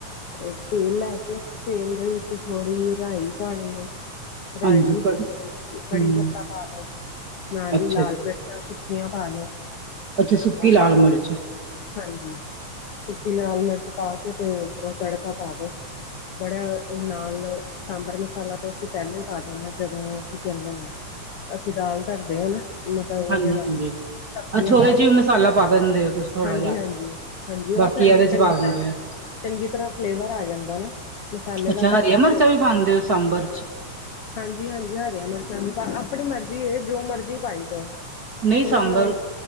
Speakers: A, on the left; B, on the right.
A: ਅ ਤੇਲ ਲੈ ਕੇ ਤੇਲ ਦੇ ਵਿੱਚ ਥੋੜ੍ਹੀ ਜੀ ਰਾਈ ਪਾਣੀ ਐ। ਰਾਈ
B: ਹਾਂਜੀ ਕੜੀ
A: ਕੜੀ
B: ਹਮ
A: ਪੱਤਾ ਪਾ ਲੋ। ਨਾਲ
B: ਅੱਛਾ
A: ਲਾਲ
B: ਜੀ
A: ਮਿਰਚਾਂ ਸੁੱਕੀਆਂ ਪਾ ਲੋ।
B: ਅੱਛਾ ਸੁੱਕੀ
A: ਉਹ
B: ਲਾਲ
A: ਪਾ
B: ਮਿਰਚ।
A: ਹਾਂਜੀ ਸੁੱਕੀ ਲਾਲ ਮਿਰਚ ਪਾ ਕੇ ਤੇ ਉੱਪਰੋਂ ਤੜਕਾ ਪਾ ਦੋ। ਬੜਾ ਉਹ ਨਾਲ ਸਾਂਬਰ ਮਸਾਲਾ ਤਾਂ ਅਸੀਂ ਪਹਿਲਾਂ ਹੀ ਪਾ ਦੇਣਾ ਜਦੋਂ ਕੀ ਕਹਿੰਦੇ ਨੇ ਅਸੀਂ ਦਾਲ ਧਰਦੇ ਆ ਨਾ। ਮਤਲਬ ਉਹਦੇ
B: ਹਾਂਜੀ
A: ਨਾਲ
B: ਹਾਂਜੀ,
A: ਸਬਜ਼ੀਆਂ
B: ਅੱਛਾ ਉਹਦੇ
A: ਪਾ
B: ਚ
A: ਕੇ
B: ਵੀ
A: ਧਰ
B: ਮਸਾਲਾ ਪਾ ਦਿੰਦੇ ਹੋ ਤੁਸੀਂ। ਥੋੜਾ
A: ਹਾਂਜੀ
B: ਜਿਹਾ
A: ਹਾਂਜੀ, ਹਾਂਜੀ ਉਹ
B: ਬਾਕੀ
A: ਫੇਰ
B: ਇਹਦੇ ਚ
A: ਚੰਗੀ
B: ਪਾ ਦਿੰਦੇ
A: ਤਰ੍ਹਾਂ।
B: ਹੋ
A: ਚੰਗੀ ਤਰ੍ਹਾਂ ਫਲੇਵਰ ਆ ਜਾਂਦਾ ਨਾ ਮਸਾਲੇ
B: ਅੱਛਾ
A: ਦਾ ਕੱਚਾ
B: ਹਰੀਆਂ ਮਿਰਚਾਂ
A: ਫਲੇਵਰ।
B: ਵੀ ਪਾਉਂਦੇ ਹੋ ਸਾਂਬਰ ਚ
A: ਹਾਂਜੀ ਹਾਂਜੀ, ਹਰੀਆਂ ਮਿਰਚਾਂ ਵੀ ਆਪਣੀ ਮਰਜ਼ੀ ਜੋ ਮਰਜ਼ੀ ਪਾਈ ਜਾਓ।
B: ਨਹੀਂ
A: ਕੋਈ
B: ਸਾਂਬਰ
A: ਉਹ ਨੀ